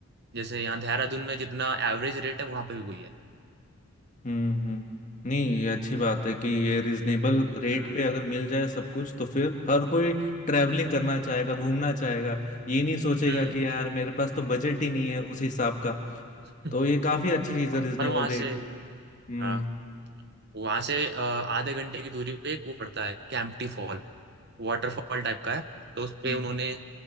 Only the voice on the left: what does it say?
हम्म हम्म नहीं ये अच्छी बात है कि ये रिजनेबल रेट
पे अगर मिल जाए सब कुछ तो फिर हर कोई ट्रैवलिंग करना चाहेगा घूमना चाहेगा ये नहीं सोचेगा
कि यार मेरे पास तो बजट ही नहीं है उस हिसाब का
तो ये काफी अच्छी चीज
है रिजनेबल
रेट
हम्म
हम्म